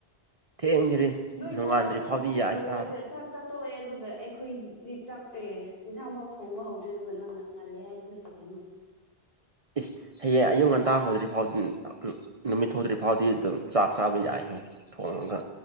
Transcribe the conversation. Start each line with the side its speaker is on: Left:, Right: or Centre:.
Right: ꯊꯦꯡꯖꯔꯤ
Left: ꯅꯣꯏ
Right: ꯅꯣꯡꯉꯥꯟꯗ꯭ꯔꯤ
Left: ꯆꯥꯛ ꯆꯥꯊꯣꯛꯕ
Right: ꯐꯥꯎꯗꯤ ꯌꯥꯏ
Left: ꯂꯣꯏꯔꯒ
Right: ꯆꯥꯕ
Left: ꯆꯥꯛ ꯆ ꯇꯣꯛꯑꯦ ꯑꯗꯨꯒ ꯑꯩꯈꯣꯏꯗꯤ ꯆꯥꯛꯑꯦ ꯏꯟꯁꯥꯡꯐꯥꯎ ꯊꯣꯡꯕ ꯍꯧꯗ꯭ꯔꯦ ꯑꯗꯨꯒ ꯅꯪꯅ ꯉꯜꯂꯦ ꯍꯥꯏꯁꯤꯅ ꯀꯔꯤꯅꯣ
Right: ꯏꯁ ꯍꯌꯦꯡ ꯑꯌꯨꯛ ꯉꯟꯇꯥ ꯍꯧꯗ꯭ꯔꯤ ꯐꯥꯎꯗꯨ ꯎꯝ ꯅꯨꯃꯤꯠ ꯊꯧꯗ꯭ꯔꯤ ꯐꯥꯎꯗꯤ ꯑꯗꯨꯝ
Left: ꯑꯦꯁ
Right: ꯆꯥꯛ ꯆꯥꯕ ꯌꯥꯏ ꯊꯒ